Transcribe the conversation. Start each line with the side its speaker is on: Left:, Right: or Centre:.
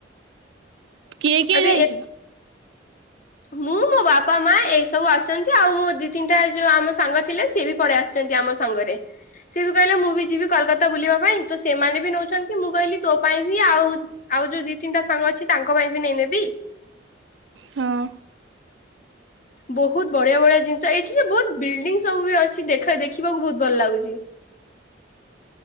Right: କିଏ କିଏ
Left: ଏବେ
Right: ଯାଇଛ?
Left: ମୁଁ, ମୋ ବାପା, ମା ଏଇ ସବୁ ଆସିଛନ୍ତି ଆଉ ମୋ ଦି ତିନିଟା ଯୋଉ ଆମ ସାଙ୍ଗ ଥିଲେ ସିଏ ବି ପଳେଇ ଆସିଛନ୍ତି। ଆମ ସାଙ୍ଗରେ ସିଏ ବି କହିଲେ ମୁଁ ବି ଯିବି କୋଲକାତା ବୁଲିବା ପାଇଁ ତ ସେମାନେ ବି ନଉଛନ୍ତି ମୁଁ କହିଲି ତୋ ପାଇଁ ବି ଆଉ ଆଉ ଯୋଉ ଦି ତିନିଟା ସାଙ୍ଗ ଅଛି ତାଙ୍କ ପାଇଁ ବି ନେଇ ନେବି।
Right: ହଁ।
Left: ବୋହୁତ୍ ବଢ଼ିଆ ବଢି଼ଆ ଜିନିଷ ଏଠି ବି ବୋହୁତ୍ ବିଲ୍ ଡିଙ୍ଗ ସବୁ ବି ଅଛି ଦେଖ ଦେ ଖିବାକୁ ବୋହୁତ୍ ଭଲ ଲାଗୁଛି।